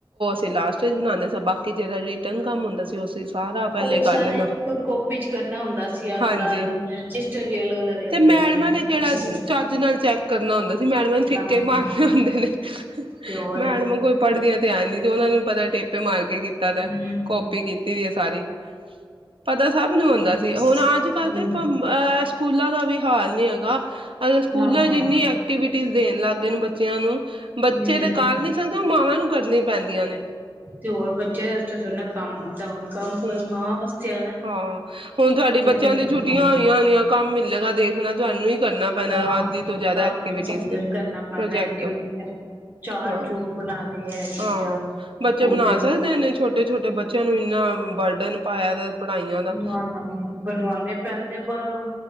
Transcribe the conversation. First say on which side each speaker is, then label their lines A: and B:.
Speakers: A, on the right; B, on the right.
A: ਤੇ ਲਾਸਟ ਇੱਚ ਬਣਾਉਂਦੇ ਸਾਂ ਬਾਕੀ ਜਿਹੜਾ ਰਿਟਰਨ ਕੰਮ ਹੁੰਦਾ ਸੀ, ਉ ਅਸੀਂ ਸਾਰਾ ਪਹਿਲੇ
B: ਉਹ
A: ਕਰ
B: ਸਾਰਾ
A: ਲੈਣਾ।
B: ਇੱਕ ਕਾਪੀ ਚ ਕਰਨਾ ਹੁੰਦਾ ਸੀ ਉਨ੍ਹਾਂ
A: ਹਾਂਜੀ
B: ਰਜਿਸਟਰ ਵੀ ਅਲੱਗ ਅਲੱਗ ਲੱਗਦੇ
A: ਤੇ ਮੈਡਮਾਂ ਨੇ ਕਿਹੜਾ
B: ਅੱਛਾ
A: ਆ ਚੱਜ ਨਾਲ ਚੈੱਕ ਕਰਨਾ ਹੁੰਦਾ ਸੀ ਮੈਡਮਾਂ ਨੇ ਠਿੱਕੇ
B: ਨਾ ਨਾ
A: ਮਾਰਨੇ ਹੁੰਦੇ ਨੇ
B: ਤੇ ਹੋਰ
A: ਮੈਡਮਾਂ ਕੋਈ ਪੜ੍ਹਦੀਆਂ ਤੇ ਐਂ ਨੀਂ ਤੇ ਉਹਨਾਂ ਨੂੰ ਪਤਾ ਟੇਪੇ ਮਾਰ ਕੇ ਕੀਤਾ ਦਾ,
B: ਹਮ
A: ਕਾੱਪੀ ਕੀਤੀ ਦੀ ਐ ਸਾਰੀ। ਪਤਾ ਸਭ ਨੂੰ ਹੁੰਦਾ
B: ਹਮ ਹਮ
A: ਸੀ। ਹੁਣ ਅੱਜ ਕੱਲ੍ਹ ਤੇ ਪਮ ਅਸ ਸਕੂਲਾਂ ਦਾ ਵੀ ਹਾਲ ਨੀ ਹੈਗਾ ਅਗਰ ਸਕੂਲਾਂ
B: ਨਾ-ਨਾ
A: ਚ ਇੰਨੀ ਐਕਟੀਵਿਟੀ ਸ <unintelligible> ਦੇਣ ਲੱਗ ਗਏ ਨੇ ਬੱਚਿਆਂ ਨੂੰ, ਬੱਚੇ
B: ਹੂੰ
A: ਤਾਂ ਕਰ ਨੀ ਸਕਦੇ, ਉਹ ਮਾਵਾਂ ਨੂੰ ਕਰਨੀਆਂ ਪੈਂਦੀਆਂ ਨੇ
B: ਤੇ ਹੋਰ ਬੱਚਿਆਂ ਵਸਤੇ ਥੋੜੀ ਨਾ ਕੰਮ ਹੁੰਦਾ ਹੁਣ। ਕੰਮ
A: ਹੂੰ,
B: ਮਾਵਾਂ ਵਾਸਤੇ ਆਣਾ।
A: ਹਾਂ ਹੁਣ ਤੁਹਾਡੇ ਬੱਚਿਆਂ
B: ਦੇ ਕਰਨਾ
A: ਦੀ ਛੁੱਟੀਆਂ ਹੋਈਆਂ ਹੋਣੀਆਂ। ਕੰਮ ਮਿਲੇਗਾ ਦੇਖਣਾ ਤੁਹਾਨੂੰ ਹੀ ਕਰਨਾ ਪੈਣਾ
B: ਹਾਂ
A: ਅੱਧ ਤੋਂ ਜਿਆਦਾ
B: ਕੰਮ
A: ਐਕਟੀਵਿਟੀ
B: ਤਾਂ ਸਾਨੂੰ
A: ਤੇ
B: ਹੀ ਕਰਨਾ ਪੈਣਾ
A: ਪ੍ਰੋਜੈਕਟ
B: ਐਕਟੀਵਿਟੀ ਚਾਟ
A: ਹਾਂ-ਹਾਂ,
B: ਚੂਟ ਬਣਾਣੇ ਐ ਚੀਜ਼ਾਂ
A: ਬੱਚੇ
B: ਹੁਣ
A: ਬਣਾ
B: ਤੇ
A: ਸਕਦੇ ਨੇ ਛੋਟੇ-ਛੋਟੇ, ਬੱਚੇ ਚਲੋ ਇੰਨਾ ਹੁਣ ਬਰਡਨ ਪਾਇਆ ਦਾ ਪੜਾਈਆਂ ਦਾ
B: ਬਣਵਾਣੇ ਬਣਵਾਣੇ ਪੈਂਦੇ ਬਾਹਰੋਂ